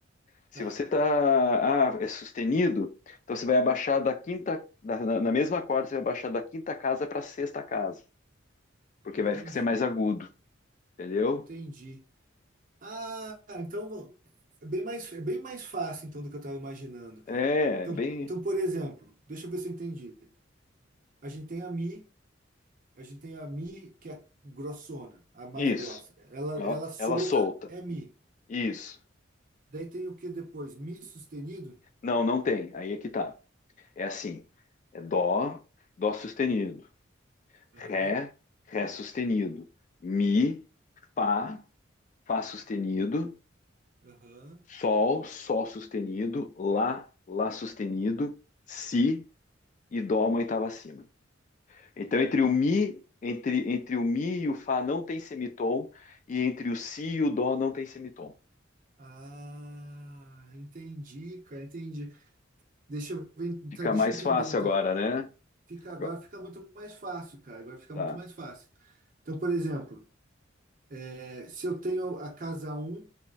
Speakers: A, on the left (about 40°); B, on the right (about 45°).
A: Se
B: tá.
A: você tá, ah, é sustenido, então você vai abaixar da quinta, da- na, na mesma corda, você vai abaixar da quinta casa para a sexta casa, porque
B: Entendi.
A: vai ficar ser mais agudo, entendeu?
B: Entendi. Ah, então vou- é bem mais, é bem mais fácil então do que eu estava imaginando, cara.
A: É,
B: Então,
A: é bem
B: então, por exemplo, deixa eu ver se eu entendi. A gente tem a Mi, a gente tem a Mi que é grossona, a mais
A: isso.
B: grossa. Ela,
A: Ela,
B: ela solta
A: ela solta.
B: é Mi.
A: Isso.
B: Daí tem o que depois? Mi sustenido?
A: Não, não tem. Aí é que tá. É assim. É dó, dó sustenido, ré,
B: Aham,
A: ré sustenido, mi, fá, fá sustenido,
B: aham.
A: sol, sol sustenido, lá, lá sustenido, si e dó uma oitava acima. Então, entre o mi, entre, entre o mi e o fá não tem semitom, e entre o si e o dó não tem semitom.
B: Ah, entendi, cara, entendi. Deixa eu ver,
A: Fica
B: tá, deixa
A: mais
B: eu entender
A: fácil
B: então.
A: agora, né?
B: Fica
A: Agora-
B: agora fica muito mais fácil, cara. Agora fica
A: tá.
B: muito mais fácil. Então, por exemplo, é, se eu tenho a casa um,